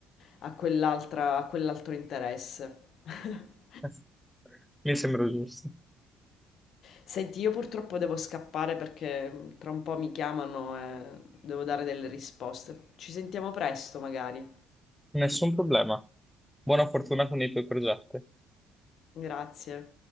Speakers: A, on the left (about 60°); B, in the centre.
A: a quell'altra, a quell'altro interesse. <laughs>
B: <laughs> Mi sembra giusto.
A: Senti, io purtroppo devo scappare perché tra un po' mi chiamano e devo dare delle risposte. Ci sentiamo presto, magari.
B: Nessun problema. Buona fortuna con i tuoi progetti.
A: Grazie.